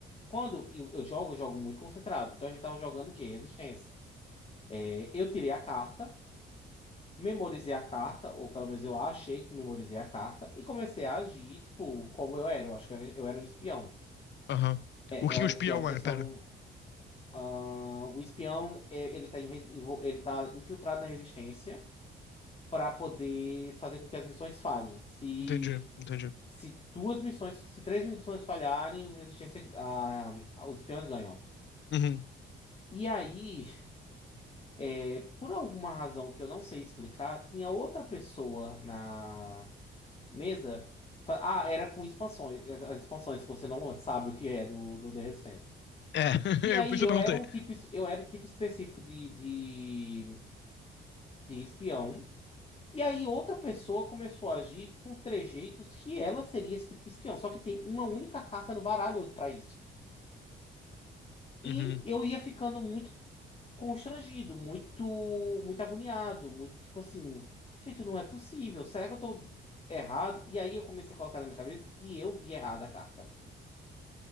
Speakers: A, on the left (about 30°); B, on the left (about 65°).
A: quando eu, eu jogo, eu jogo muito concentrado. Então a gente tava jogando o quê? Resistência. É, eu tirei a carta. Memorizei a carta, ou pelo menos eu achei que memorizei a carta, e comecei a agir, tipo, como eu era. Eu acho que eu era, eu era um espião.
B: Aham.
A: É,
B: O que
A: eu era
B: o espião
A: espião, porque
B: é?
A: senão
B: Pera.
A: não. ah, o espião, é, ele tá, em re- envol- ele tá infiltrado na resistência para poder fazer com que as missões falhem. Se,
B: Entendi, entendi.
A: se duas missões, se três missões falharem, a resistência, ah, os espiões ganham.
B: Uhum.
A: E aí, é, por alguma razão que eu não sei explicar, tinha outra pessoa na Mesa? Fa- Ah, era com expansões. As as expansões que você não sabe o que é do, do The Resistance.
B: É, <laughs>
A: E aí
B: eu por isso
A: eu
B: eu perguntei.
A: era um tipo, es- eu era o tipo específico de, de, de espião. E aí outra pessoa começou a agir com trejeitos que ela seria esse tipo de espião. Só que tem uma única carta no baralho para isso. E
B: Uhum.
A: eu ia ficando muito constrangido, muito, muito agoniado, muito tipo assim, gente, não é possível. Será que eu tô errado? E aí eu comecei a colocar na minha cabeça que eu vi errada a carta.